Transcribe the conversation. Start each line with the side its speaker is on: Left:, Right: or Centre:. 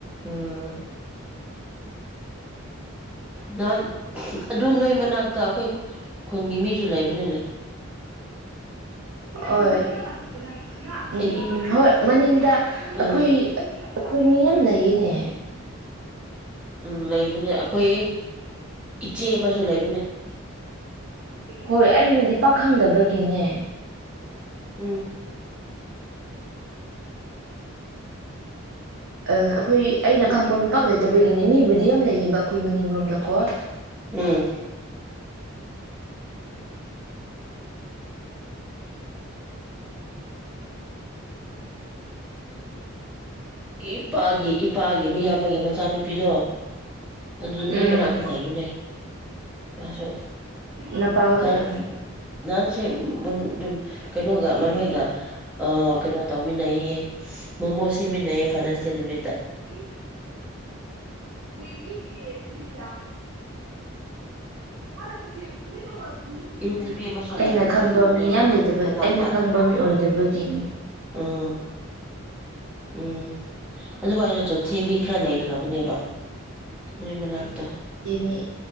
Centre: ꯎꯝ ꯅꯥꯟ ꯑꯗꯨ ꯅꯣꯏ ꯃꯅꯥꯛꯇ ꯑꯩꯈꯣꯏ ꯈꯨꯟꯒꯤ ꯃꯤꯁꯨ ꯂꯩꯕꯅꯤꯅꯦ
Right: ꯑꯣꯏꯣꯏ
Centre: ꯑꯩꯒꯤ
Right: ꯍꯣꯏ ꯃꯅꯤꯡꯗ ꯑꯩꯈꯣꯏ
Centre: ꯎꯝ
Right: ꯑꯩꯈꯣꯏ ꯃꯤ ꯌꯥꯝ ꯂꯩꯌꯦꯅꯦ
Centre: ꯎ ꯂꯩ ꯑꯩꯈꯣꯏ ꯏꯆꯦ ꯑꯃꯁꯨ ꯂꯩ ꯑꯗꯨꯅꯦ
Right: ꯍꯣꯏ ꯑꯩꯅꯗꯤ ꯄꯥꯈꯪꯗꯕꯒꯤꯅꯦ
Centre: ꯎꯝ
Right: ꯑ ꯑꯩꯈꯣꯏ ꯑꯩꯅ ꯈꯥꯡꯕꯄꯥꯛ ꯂꯩꯇꯕꯒꯤꯅꯤ ꯃꯤꯕꯨꯗꯤ ꯂꯩꯌꯦꯕꯕꯥ ꯑꯩꯈꯣꯏ ꯃꯅꯤꯡꯂꯣꯝꯗꯀꯣ
Centre: ꯎꯝ ꯏ ꯏꯄꯥꯒꯤ ꯏꯄꯥꯒꯤ ꯃꯤꯌꯥꯝ ꯑꯃꯒꯤꯒꯤ ꯃꯆꯥꯅꯨꯄꯤꯗꯣ ꯑꯗꯨꯗ ꯅꯣꯏ
Right: ꯎꯝ
Centre: ꯃꯅꯥꯛꯇ ꯂꯩꯕꯅꯦ ꯃꯥꯁꯨ
Right: ꯅꯄꯥ ꯍꯣꯏ
Centre: ꯅꯍꯥꯟ
Right: ꯎꯝ
Centre: ꯅꯍꯥꯟꯁꯦ ꯑꯗꯨꯝ ꯀꯩꯅꯣꯒ ꯃꯣꯏꯒ ꯀꯩꯅꯣ ꯇꯧꯃꯤꯟꯅꯩꯌꯦ ꯃꯣꯃꯣ ꯁꯦꯝꯃꯤꯟꯅꯩꯌꯦ ꯐꯥꯗꯔꯁ ꯗꯦ ꯅꯨꯃꯤꯠꯇ
Right: ꯠꯇꯣꯏ ꯀꯦ ꯛꯇꯥ ꯍꯂꯃꯤ
Centre: ꯏꯔꯨꯝ ꯅꯨꯄꯤ ꯑꯃꯁꯨ
Right: ꯇꯣ ꯑꯩꯅ
Centre: ꯂꯩꯕꯅꯦ
Right: ꯈꯪꯕ
Centre: ꯑꯗꯨ
Right: ꯃꯤ
Centre: ꯅꯣꯏ
Right: ꯌꯥꯝ ꯂꯩꯇꯕ
Centre: ꯃꯅꯥꯛꯇ
Right: ꯑꯩꯅ ꯈꯪꯕ ꯃꯤ ꯑꯣꯏ ꯑꯗꯨꯕꯒꯤꯅꯦ
Centre: ꯎꯝ ꯎꯝ ꯑꯗꯨꯕꯨ ꯑꯩꯅꯁꯨ ꯊꯦꯝꯃꯤ ꯈꯔ ꯂꯩꯈ꯭ꯔꯕꯅꯦꯕ ꯅꯣꯏ ꯃꯅꯥꯛꯇ
Right: ꯑꯦ ꯃꯤ